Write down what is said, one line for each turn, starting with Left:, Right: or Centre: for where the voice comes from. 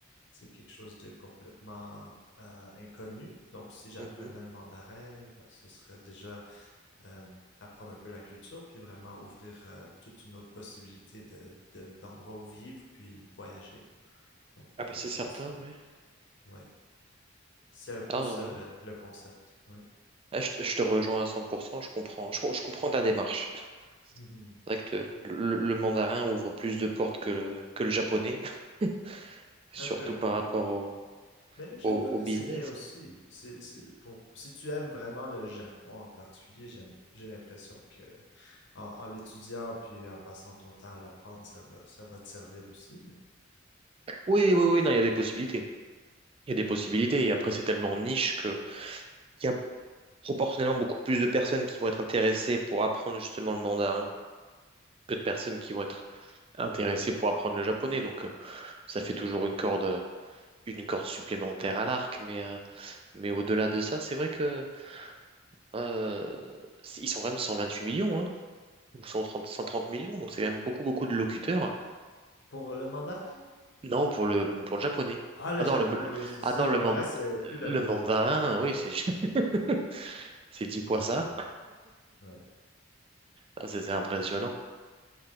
Left: c'est quelque chose de complètement euh, inconnu. Donc, si j'apprenais
Right: Mhm.
Left: le mandarin, ben, ce serait déjà euh, apprendre un peu la culture, puis vraiment ouvrir euh, toute une autre possibilité de, de- d'endroits où vivre, puis voyager. Donc,
Right: Ah bah
Left: euh,
Right: c'est
Left: je
Right: certain,
Left: pense que,
Right: ouais.
Left: ouais, c'est un peu
Right: Ah,
Left: ça
Right: non.
Left: le, le concept, ouais.
Right: Ah, je, te je te rejoins à 100%, je comprends. Je, co- je comprends ta démarche. C'est
Left: Mhm.
Right: vrai que te- le, le mandarin ouvre plus de portes que le, que le japonais, <laughs> surtout
Left: Un peu.
Right: par rapport au,
Left: Mais le japonais,
Right: au, au business.
Left: c'est bien aussi. C'est, c'est pour, si tu aimes vraiment le Japon en particulier, j'aime, j'ai l'impression que en, en l'étudiant puis en passant ton temps à l'apprendre, ça va, ça va te servir aussi. Mais
Right: Oui, oui, oui, non, il y a des possibilités. Il y a des
Left: Mhm.
Right: possibilités et après c'est tellement niche que... il y a proportionnellement beaucoup plus de personnes qui vont être intéressées pour apprendre justement le mandarin que de personnes qui vont être intéressées pour apprendre le japonais. Donc euh, ça fait toujours une corde, euh, une corde supplémentaire à l'arc. Mais, euh, mais au-delà de ça, c'est vrai que euh, c- ils sont quand même 128 millions, hein, ou 130, 130 millions. Donc c'est quand même beaucoup, beaucoup de locuteurs.
Left: pour le mandarin,
Right: Non, pour le, pour le japonais.
Left: ah, le
Right: Ah
Left: japonais,
Right: non, le, le-
Left: oui, c'est ça.
Right: ah non,
Left: Le
Right: le,
Left: mandarin,
Right: man-
Left: c'est plus d'un
Right: le
Left: milliard.
Right: mandarin,
Left: Ouais,
Right: oui, c'est <laughs> c'est 10 fois
Left: ouais,
Right: ça.
Left: ouais.
Right: Ah, c'est c'est impressionnant.